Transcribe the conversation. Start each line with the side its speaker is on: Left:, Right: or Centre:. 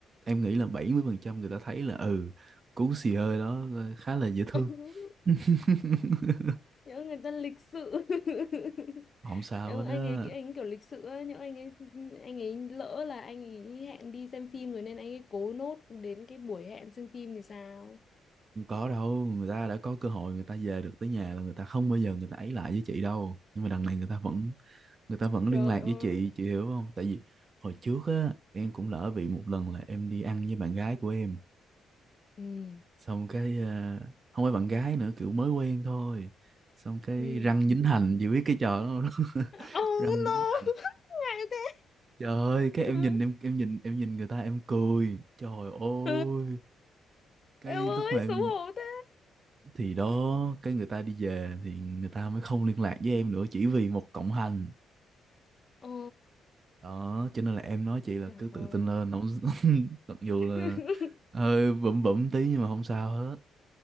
Right: em nghĩ là 70% người ta thấy là ừ cú xì hơi đó ờ, khá là dễ thương
Left: <laughs>
Right: <laughs>
Left: nhớ người ta lịch sự <laughs>
Right: không sao
Left: Ừ,
Right: hết
Left: anh
Right: á
Left: ấy anh ấy kiểu lịch sự ấy, nhưng anh ấy anh ấy lỡ là anh ấy hẹn đi xem phim rồi nên anh ấy cố nốt đến cái buổi hẹn xem phim thì sao
Right: không có đâu người ta đã có cơ hội người ta về được tới nhà là người ta không bao giờ người ta ấy lại với chị đâu nhưng mà đằng này người ta vẫn người ta vẫn
Left: trời
Right: liên lạc
Left: ơi
Right: với chị chị hiểu không tại vì hồi trước á em cũng lỡ bị một lần là em đi ăn với bạn gái của em
Left: ừ
Right: xong cái ờ, không phải bạn gái nữa kiểu mới quen thôi xong cái
Left: ừ
Right: răng dính hành chị biết cái trò đó không?
Left: oh
Right: <laughs> răng dính
Left: no
Right: hành
Left: <laughs> ngại thế
Right: trời ơi cái
Left: Ừ.
Right: em nhìn em em nhìn em nhìn người ta em cười trời ơi
Left: <laughs>
Right: cái
Left: em ơi
Right: lúc mà em
Left: xấu hổ thế
Right: thì đó cái người ta đi về thì người ta mới không liên lạc với em nữa chỉ vì một cộng hành
Left: ồ
Right: đó cho nên là em nói chị là
Left: trời
Right: cứ
Left: ơi
Right: tự tin lên không <laughs> mặc dù
Left: <laughs>
Right: là hơi bẩm bẩm tí nhưng mà không sao hết